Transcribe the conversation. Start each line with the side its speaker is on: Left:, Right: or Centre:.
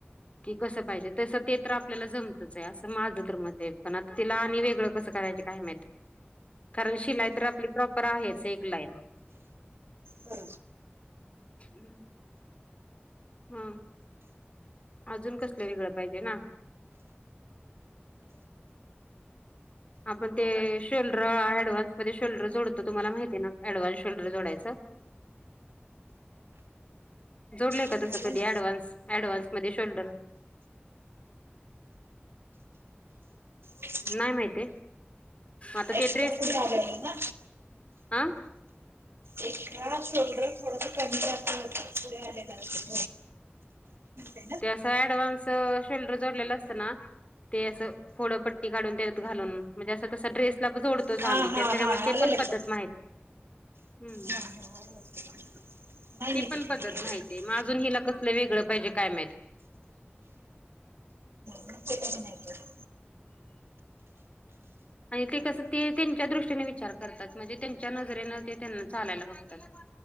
Left: कि कसं पाहिजे तसं ते तर आपल्याला जमतच आहे असं माझं तर मत आहे पण आता तिला आणि वेगळं कसं करायच अहमेद कारण शिला तर आपली प्रॉपर आहेच एक लाईन
Right: हा
Left: हम्म हम अजून कसलं वगळं पाहिजे ना आपण ते शोल्डर ऍडव्हान्स मध्ये शोल्डर जोडतो तुम्हाला माहिती आहे ना ऍडव्हान्स शोल्डर जोडायचं जोडलेय
Right: बरोबर
Left: का तस कधी डव्हान्स डव्हान्स मध्ये शोल्डर
Right: ह
Left: नाही माहिित आहे आता
Right: एक्स्ट्रा
Left: ते ड्रेस
Right: पुढे आलेलं ना
Left: हं
Right: एका शोल्डर थोड कमी जात होता पुे आलेला अस थ
Left: ते असं ऍडव्हान्स शोल्डर जोडलेलं असतं ना ते असं फोड पट्टी काढून त्यात घालून म्हणजे असं तस ड्रेसला जोडतोच
Right: हा
Left: आम्ही त्याच्या
Right: हा हा
Left: ते
Right: आलं
Left: पण
Right: लक्षात
Left: पद्धत माहिती हम्म
Right: नाही
Left: ते
Right: मी
Left: पण
Right: कधी
Left: पद्धत
Right: केले
Left: माहित
Right: नाही
Left: आहे मग अजून हिला कसलं वेगळं पाहिजे काय माहित
Right: मी ते कधी नाही केले
Left: आणि ते कसं ते त्यांच्या दृष्टीने विचार करतात म्हणजे त्यांच्या नजरेनं ते त्यांना चालायला लागतात